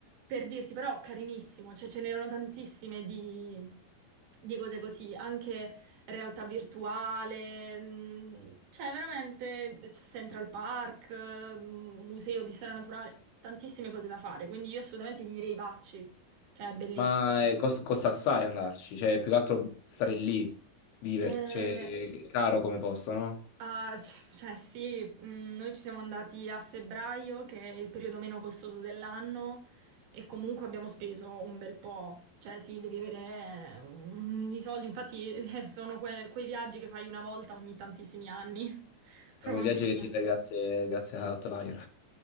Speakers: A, on the right; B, on the left.
A: per dirti, però carinissimo, cioè ce n'erano tantissime di, di cose così, anche realtà virtuale, mh, cioè veramente eh, Central Park, eh, Museo di Storia Naturale, tantissime cose da fare, quindi io assolutamente ti direi vacci, cioè è bellissimo.
B: Ma eh, cos- costa assai andarci, cioè più che altro stare lì, viverci,
A: Eh,
B: cioè, è caro come posto, no?
A: Ah, s- cioè sì, mm, noi ci siamo andati a febbraio, che è il periodo meno costoso dell'anno, e comunque abbiamo speso un bel po'. Cioè sì, devi avere mm, i soldi, infatti <laughs> eh, sono que- quei viaggi che fai una volta ogni tantissimi anni, <laughs> probabilmente.
B: È un viaggio che ti fai grazie, grazie a Outlier.